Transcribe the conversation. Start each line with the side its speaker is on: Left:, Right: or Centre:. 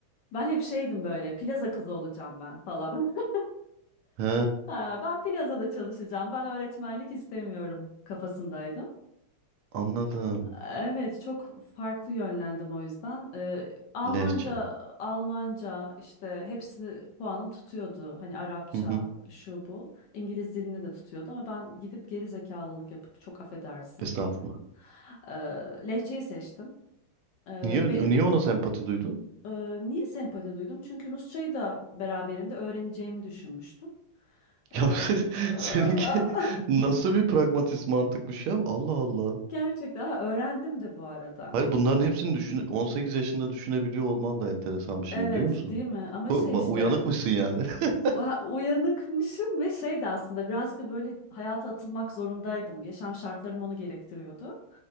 Left: Ben hep şeydim böyle plaza kızı olacağım ben falan. <laughs>
Right: He.
Left: Ha, ben plazada çalışacağım. Ben öğretmenlik istemiyorum kafasındaydım.
Right: Anladım.
Left: Evet, çok farklı yönlendim o yüzden. Ee, Almanca,
Right: Lehçe.
Left: Almanca işte hepsini puanım tutuyordu. Hani Arapça,
Right: Hı hı.
Left: şu bu. İngiliz dilini de tutuyordu ama ben gidip geri zekalılık yapıp çok affedersin.
Right: Estağfurullah.
Left: Ee, Lehçeyi seçtim. Ee,
Right: Niye,
Left: be-
Right: niye ona sempati duydun?
Left: e, niye sempati duydum? Çünkü Rusçayı da beraberinde öğreneceğimi düşünmüştüm.
Right: Ya
Left: Ee,
Right: <laughs> seninki
Left: <laughs>
Right: nasıl bir pragmatist mantıkmış ya? Allah Allah.
Left: Gerçekten ha, öğrendim de bu arada.
Right: Hayır bunların hepsini düşün 18 yaşında düşünebiliyor olman da enteresan bir şey
Left: Evet,
Right: biliyor musun?
Left: değil mi? Ama
Right: Bu-
Left: şey
Right: ma-
Left: işte
Right: Uyanıkmışsın yani. <laughs>
Left: ha, uyanıkmışım ve şey de aslında birazcık da böyle hayata atılmak zorundaydım. Yaşam şartlarım onu gerektiriyordu.